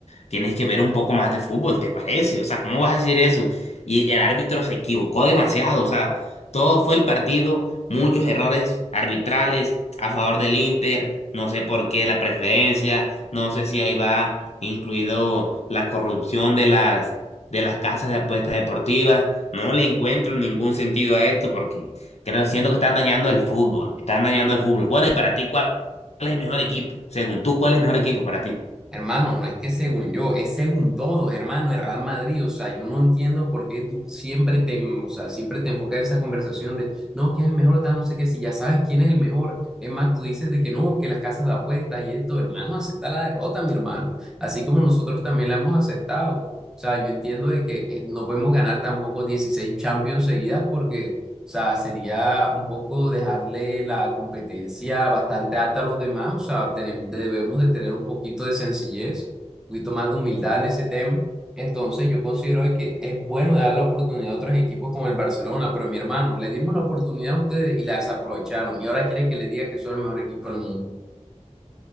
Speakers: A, on the left; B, in the centre.
A: tienes que ver un poco más de fútbol, ¿te parece? O sea, ¿cómo vas a decir eso? Y el árbitro se equivocó demasiado, o sea, todo fue el partido, muchos errores arbitrales a favor del Inter, no sé por qué la preferencia, no sé si ahí va incluido la corrupción de las de las casas de apuestas deportivas, no le encuentro ningún sentido a esto porque creo, siento que están dañando el fútbol, están dañando el fútbol. Bueno, y para ti, ¿cuál es el mejor equipo? Según tú, ¿cuál es el mejor equipo para ti?
B: Hermano, no es que según yo, es según todos, hermano, el Real Madrid. O sea, yo no entiendo por qué tú siempre te, o sea, siempre te enfocas en esa conversación de, no, quién es el mejor, tal, no sé qué, si ya sabes quién es el mejor. Es más, tú dices de que no, que las casas de apuestas y esto, hermano, acepta la derrota, mi hermano. Así como nosotros también la hemos aceptado. O sea, yo entiendo de que eh, no podemos ganar tampoco 16 Champions seguidas porque o sea, sería un poco dejarle la competencia bastante alta a los demás. O sea, tenem- debemos de tener un poquito de sencillez, un poquito más de humildad en ese tema. Entonces, yo considero de que es bueno dar la oportunidad a otros equipos como el Barcelona, pero mi hermano, le dimos la oportunidad a ustedes y la desaprovecharon. Y ahora quiere que le diga que son el mejor equipo del mundo.